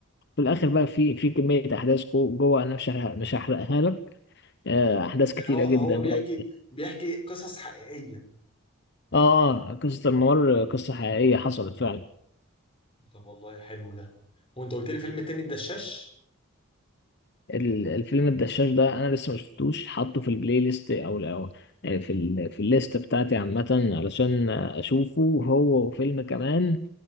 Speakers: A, on the left; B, on the left.
A: في الآخر بقى في في كمية أحداث جو- جوه أنا مش هحرق- مش هحرقها لك آه، أحداث
B: يعني
A: كتيرة
B: هو هو
A: جدا
B: بيحكي
A: بقى
B: بيحكي قصص حقيقيه
A: اه اه قصة الممر قصة حقيقية حصلت فعلا
B: طب والله حلو ده وانت قلت لي فيلم التاني الدشاش
A: ال- الفيلم الدشاش ده انا لسه ما شفتوش حاطه في البلاي ليست او او آه، في ال في الليست بتاعتي عامة علشان اشوفه هو وفيلم كمان